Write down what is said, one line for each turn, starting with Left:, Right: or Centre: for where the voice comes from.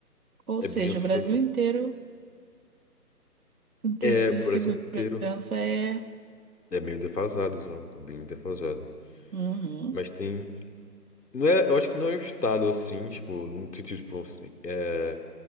Right: Ou
Left: É
Right: seja,
Left: bem assustador.
Right: o Brasil inteiro, em quesito
Left: É, o
Right: de
Left: Brasil
Right: segurança,
Left: inteiro.
Right: é.
Left: É meio defasado, Zão. É bem defasado.
Right: Uhum.
Left: Mas tem. Não é, eu acho que não é o estado assim, tipo, não sei, tipo, é,